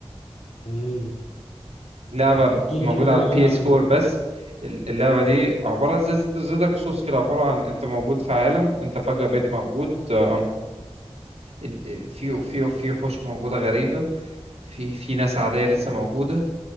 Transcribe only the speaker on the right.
لعبة
موجودة
على البي
اس
4 بس اللعبة دي عبارة زي زي زي دارك سولز كده عبارة عن انت موجود في عالم انت فجأة بقيت موجود آم، إن- في في في وحوش موجودة غريبة في في ناس عادية لسه موجودة